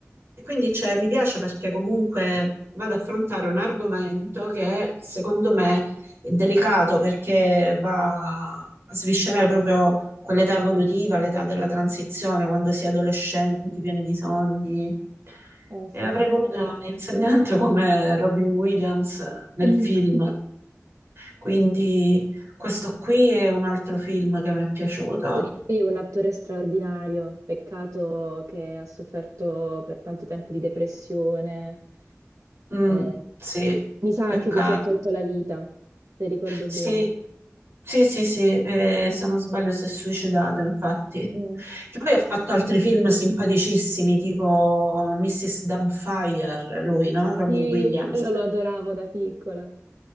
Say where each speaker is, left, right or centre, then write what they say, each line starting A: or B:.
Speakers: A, on the right (about 50°); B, on the right (about 80°).
A: E quindi cioè, mi piace perché comunque vado ad affrontare un argomento che secondo me è delicato perché va a sviscerare proprio quell'età evolutiva, l'età della transizione, quando si è adolescenti, pieni di sogni.
B: eh
A: E
B: sì.
A: avrei voluto l'insegnante come Robin Williams nel
B: <laughs>
A: film. Quindi questo qui è un altro film che mi è piaciuto.
B: Poi è un attore straordinario, peccato che ha sofferto per tanto tempo di depressione.
A: Mm,
B: eh,
A: sì,
B: mi sa
A: peccato.
B: anche che si è tolto la vita, se ricordo
A: Sì,
B: bene.
A: sì, sì, sì, eh, se non sbaglio si è suicidato, infatti.
B: Mm.
A: Che poi ha fatto altri film simpaticissimi, tipo Mrs. Doubtfire, lui, no? Robin
B: Sì,
A: Williams.
B: quello lo adoravo da piccola.